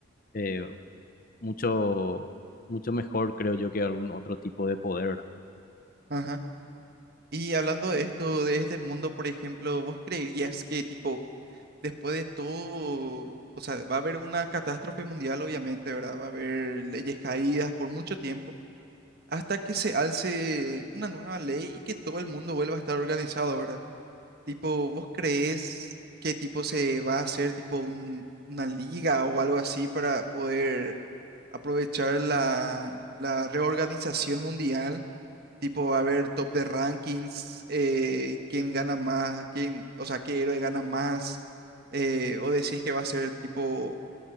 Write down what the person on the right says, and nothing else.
Ajá. Y hablando de esto, de este mundo, por ejemplo, ¿vos creerías que, tipo, después de todo, o sea, va a haber una catástrofe mundial, obviamente, ¿verdad? Va a haber leyes caídas por mucho tiempo. hasta que se alce una nueva ley y que todo el mundo vuelva a estar organizado, ¿verdad? Tipo, ¿vos creés que tipo se va a hacer tipo un- una liga o algo así para poder aprovechar la, la reorganización mundial? Tipo, va a haber top de rankings, eh, quién gana más, quién, o sea, qué héroe gana más, eh, o decís que va a ser tipo